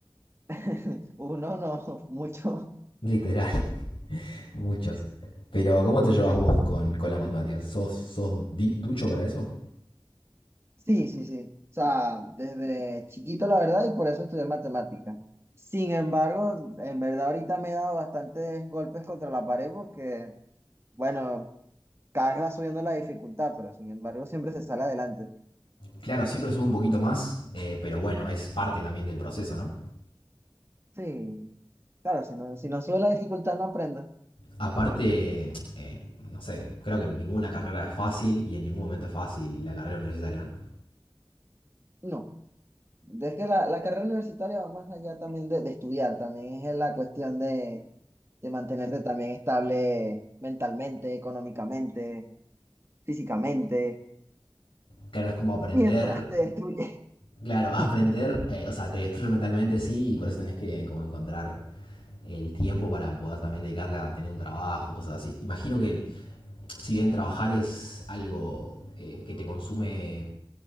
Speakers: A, on the right; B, on the left.
A: <laughs> Uno, no, mucho.
B: Literal, <laughs> muchos. Pero ¿cómo te llevas
A: Sí,
B: vos con, con las matemáticas? ¿Sos, sos di- ducho para eso?
A: sí, sí, sí. O sea, desde chiquito la verdad y por eso estudié matemáticas. Sin embargo, en verdad ahorita me he dado bastantes golpes contra la pared porque, bueno, cada vez va subiendo la dificultad, pero sin embargo siempre se sale adelante.
B: Claro, siempre subo un poquito más, eh, pero bueno, es parte también del proceso, ¿no?
A: Sí, claro, si no, si no sube la dificultad no aprendas.
B: Aparte, eh, no sé, creo que en ninguna carrera es fácil y en ningún momento es fácil la carrera universitaria, ¿no?
A: No, es que la, la carrera universitaria va más allá también de, de estudiar, también es la cuestión de, de mantenerte también estable mentalmente, económicamente, físicamente,
B: Claro, es como aprender,
A: mientras te destruyes.
B: claro, <laughs> aprender,
A: <laughs>
B: eh, o sea, te destruye mentalmente, sí, y por eso tenés que como encontrar el tiempo para poder también dedicarle a tener un trabajo, cosas así. Imagino que si bien trabajar es algo eh, que te consume